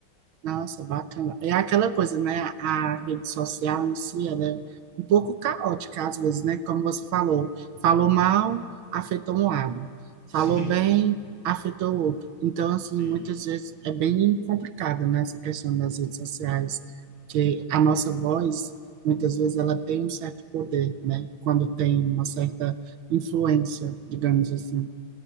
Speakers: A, on the right; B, on the left.
A: Nossa, bacana. É aquela coisa, né? A rede social em si, ela é um pouco caótica às vezes, né? Como você falou, falou mal, afetou um lado.
B: Sim,
A: Falou bem,
B: <laughs>
A: afetou o outro. Então, assim,
B: sim.
A: muitas vezes é bem complicado, né? Essa questão das redes sociais, que a nossa voz, muitas vezes, ela tem um certo poder, né? Quando tem uma certa influência, digamos assim.